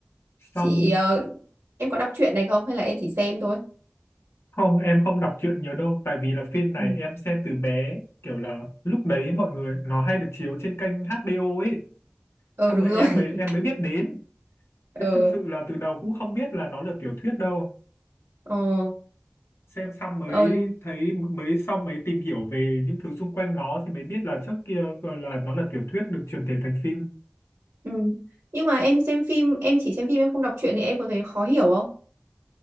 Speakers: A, on the right (about 85°); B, on the left (about 80°).
A: Chị,
B: xong
A: ờ, em có đọc truyện này không? Hay là em chỉ xem thôi?
B: không em không đọc truyện nhiều đâu tại vì là phim này
A: Ừ.
B: em xem từ bé kiểu là lúc đấy mọi người nó hay được chiếu trên kênh HBO ấy
A: Ờ
B: xong
A: đúng
B: rồi
A: rồi.
B: em
A: <laughs>
B: mới em mới biết đến
A: Ờ,
B: Chứ thực sự là từ đầu cũng không biết là nó là tiểu thuyết đâu.
A: ờ,
B: Xem xong mới
A: ờ.
B: thấy mới xong mới tìm hiểu về những thứ xung quanh nó thì mới biết là trước kia gọi là nó là tiểu thuyết được chuyển thể thành phim.
A: Ừ. Nhưng mà em xem phim, em chỉ xem phim em không đọc truyện thì em có thấy khó hiểu không?